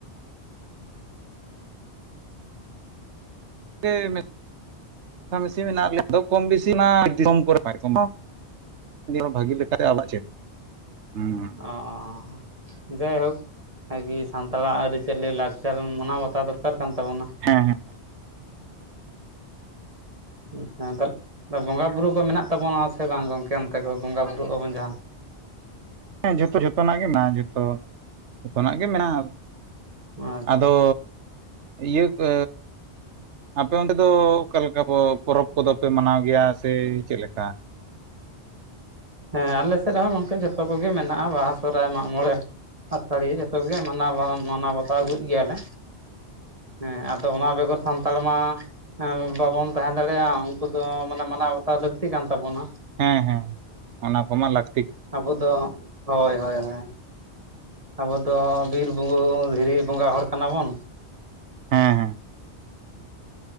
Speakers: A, on the right (about 85°); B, on the right (about 30°).
A: ᱜᱮ <unintelligible> <unintelligible> ᱦᱩᱸ
B: ᱟᱸᱻᱟᱸᱻᱟᱜᱼᱟ ᱡᱟᱭᱦᱳᱠ ᱟᱨᱠᱤ ᱥᱟᱱᱛᱟᱲᱟᱜ ᱟᱹᱨᱤᱪᱟᱹᱞᱤ ᱞᱟᱠᱪᱟᱨ ᱢᱟᱱᱟᱣ ᱵᱟᱛᱟᱣ ᱫᱚᱨᱠᱟᱨ ᱠᱟᱱ ᱛᱟᱵᱚᱱᱟ ᱾
A: ᱦᱮᱸ ᱦᱮᱸ
B: ᱦᱮ ᱛᱟᱨ ᱯᱚᱨᱮ ᱵᱚᱸᱜᱟ ᱵᱩᱨᱩ ᱠᱚ ᱢᱮᱱᱟᱜ ᱛᱟᱵᱚᱱᱟ ᱥᱮ ᱵᱟᱝ ᱜᱚᱝᱠᱮ ᱚᱱᱠᱟᱜᱚ ᱵᱚᱸᱜᱟ ᱵᱩᱨᱩᱜ ᱟᱵᱚᱱ ᱡᱟᱦᱟᱸ ᱾
A: ᱮᱸ ᱡᱚᱛᱚ ᱡᱚᱛᱚᱱᱟᱜ ᱜᱮ ᱢᱮᱱᱟᱜᱼᱟ ᱡᱚᱛᱚ ᱡᱚᱛᱚᱱᱟᱜ ᱜᱮ ᱢᱮᱱᱟᱜᱼᱟ ᱾
B: ᱟᱪᱪᱷᱟ
A: ᱟᱫᱚ ᱤᱭᱟᱹ ᱯᱮ ᱟᱯᱮ ᱚᱱᱛᱮ ᱫᱚ ᱚᱠᱟ ᱞᱮᱠᱟ ᱯᱚ ᱯᱚᱨᱚᱵᱽ ᱠᱚᱫᱚ ᱯᱮ ᱢᱟᱱᱟᱣ ᱜᱮᱭᱟ ᱥᱮ ᱪᱮᱫ ᱞᱮᱠᱟ
B: ᱦᱮᱸ ᱟᱞᱮ ᱥᱮᱫ ᱨᱮᱦᱚᱸ ᱚᱱᱠᱟ ᱡᱚᱛᱚ ᱠᱚᱜᱮ ᱢᱮᱱᱟᱜᱼᱟ ᱵᱟᱦᱟ ᱥᱚᱦᱚᱨᱟᱭ ᱢᱟᱜᱽ ᱢᱚᱸᱬᱮ ᱟᱛᱟᱹᱲᱤ ᱡᱚᱛᱚ ᱜᱮ ᱢᱟᱱᱟ ᱢᱟᱱᱟᱣ ᱵᱟᱱ ᱢᱟᱱᱟᱣ ᱵᱟᱛᱟᱣ ᱟᱹᱜᱩᱭᱮᱫ ᱜᱮᱭᱟᱞᱮ ᱦᱮᱸ ᱟᱫᱚ ᱚᱱᱟ ᱵᱮᱜᱚᱨ ᱥᱟᱱᱛᱟᱲ ᱢᱟ ᱵᱟᱵᱚᱱ ᱛᱟᱦᱮᱸ ᱫᱟᱲᱮᱭᱟᱜᱼᱟ ᱩᱱᱠᱩ ᱫᱚ ᱢᱟᱱᱮ ᱢᱟᱱᱟᱣ ᱵᱟᱛᱟᱣ ᱞᱟᱹᱠᱛᱤ ᱠᱟᱱ ᱛᱟᱵᱚᱱᱟ ᱾
A: ᱦᱮᱸ ᱦᱮᱸ ᱚᱱᱟ ᱠᱚᱢᱟ ᱞᱟᱠ
B: ᱟᱵᱚ ᱫᱚ ᱦᱳᱭ ᱦᱳᱭ ᱦᱳᱭ ᱟᱵᱚᱫᱚ ᱵᱤᱨ ᱵᱩᱨᱩ ᱫᱷᱤᱨᱤ ᱵᱚᱸᱜᱟ ᱦᱚᱲ ᱠᱟᱱᱟᱵᱚᱱ ᱾
A: ᱦᱮᱸ ᱦᱮᱸ